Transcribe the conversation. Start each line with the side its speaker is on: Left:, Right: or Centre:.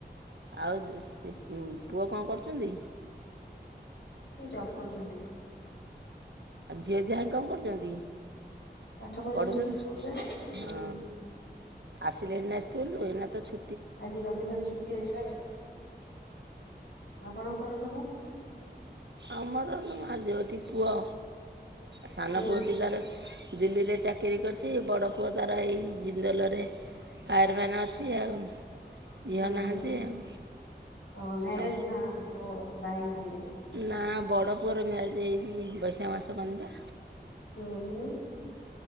Right: ଆଉ ଇ ଇ ଉଁ ପୁଅ କଣ କରୁଛନ୍ତି?
Left: ସିଏ ଜବ୍ କରୁଛନ୍ତି।
Right: ଆଉ ଝିଅ ଦିହା କଣ କରୁଛନ୍ତି?
Left: ପାଠ
Right: ପଢୁଛନ୍ତି
Left: ସ୍କୁଲରେ ହୁଁ
Right: ହଁ। ଆସିଲେଣି ନା ଇସ୍କୁଲରୁ ଏଇନା ତ ଛୁ
Left: ଆଜି ରବିବାର ଛୁଟି ଅଛି ଆପଣଙ୍କର ସବୁ।
Right: ଆମର ଲୋ ମା ଦୋ ଟି ପୁଅ ସାନ
Left: ହୁଁ
Right: ପୁଅଟିି ତାର। ଦିଲ୍ଲୀରେ ଚାକିରି କରିଛି ବଡ଼ ପୁଅ ତାର ଏଇ ଜିନ୍ଦଲରେ। ଫାୟାରମ୍ୟାନ ଅଛି ଆଉ ଝିଅ
Left: ହୁଁ
Right: ନାହାନ୍ତି
Left: ହୁଁ
Right: ଆଉ।
Left: ଓ ମ୍ୟାରେଜ
Right: ଅ,
Left: ନା ଆଁ ସବୁ। ବାହା ହୋଇନାହାନ୍ତି କେହି?
Right: ନା ବଡ଼ ପୁଅର ମ୍ୟାରେଜ୍ <unintelligible> ବୈଶାଖ ମାସ କନି ପା।
Left: ହୁଁ ହୁଁ।